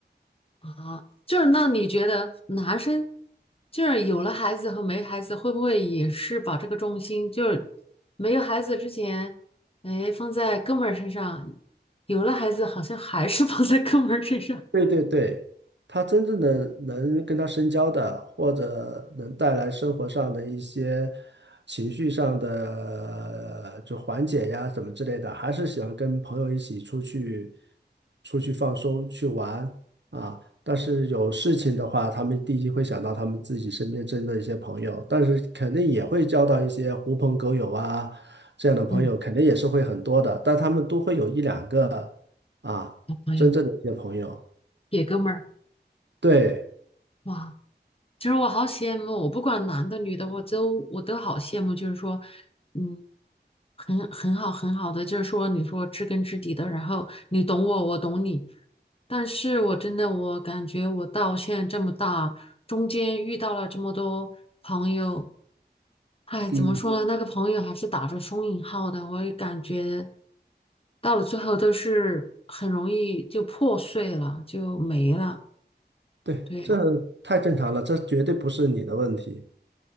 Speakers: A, on the left; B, on the right.
A: 啊，就是那你觉得男生就是有了孩子和没孩子，会不会也是把这个重心就是没有孩子之前，哎，放在哥们儿身上，有了孩子好像还是 <laughs> 放在哥们儿身上，
B: 对对对，他真正的能跟他深交的，或者能带来生活上的一些情绪上的就缓解呀什么之类的，还是喜欢跟朋友一起出去出去放松去玩啊。但是有事情的话，他们第一会想到他们自己身边真的一些朋友，但是肯定也会交到一些狐朋狗友啊这样的朋友，
A: 嗯，
B: 肯定也是会很多的，但他们都会有一两个啊真正的一些朋友。
A: 男朋友给哥们儿，
B: 对，
A: 哇。其实我好羡慕，我不管男的女的，我都我都好羡慕。就是说，嗯，很很好很好的，就是说，你说知根知底的，然后你懂我，我懂你。但是我真的，我感觉我到现在这么大，中间遇到了这么多朋友，哎，
B: 嗯，
A: 怎么说呢？那个朋友还是打着双引号的，我也感觉到了最后都是很容易就破碎了，就没了。
B: 对，
A: 对，
B: 这太正常了，这绝对不是你的问题